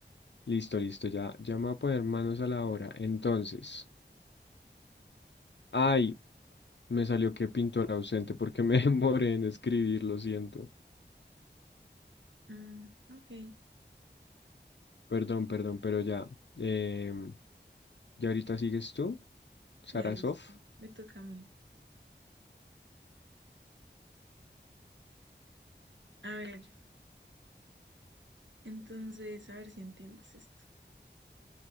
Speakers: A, on the left; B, on the right.
A: Listo, listo, ya, ya me voy a poner manos a la obra. Entonces, ay, me salió que pintor ausente porque me <laughs> demoré en escribir, lo siento.
B: Mm, ok,
A: Perdón, perdón, pero ya. em, ¿ya ahorita sigues tú, Sarasov?
B: ya listo, me toca a mí. A ver, entonces, a ver si entiendes esto.